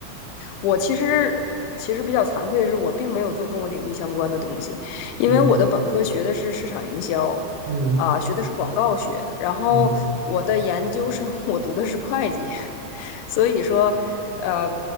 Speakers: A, on the left; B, on the right.
A: 我其实其实比较惭愧的是，我并没有做跟我领域相关的东西，因为我的本科学的是市场营销，
B: 嗯嗯
A: 啊、学的是广告学，然后我的研究生我读的是会计，
B: 嗯
A: <laughs> 所以说，呃，